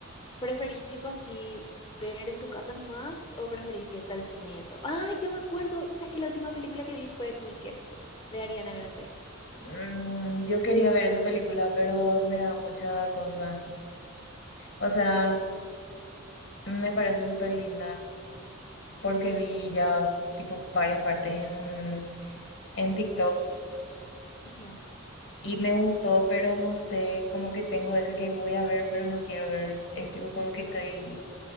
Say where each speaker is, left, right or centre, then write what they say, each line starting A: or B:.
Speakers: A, on the left; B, on the left.
A: ¿preferís tipo así ver en tu casa nomás o preferís irte al cine y eso? Ay, ya me acuerdo, o sea, es que la última película que vi fue Wicked, de Ariana Grande.
B: Mm, yo quería ver esa película, pero me da mucha cosa. O sea, me parece súper linda porque vi ya tipo varias partes en, en TikTok
A: Ujú,
B: y me gustó, pero no sé, como que tengo ese que voy a ver, pero no quiero ver. Es tipo como que estoy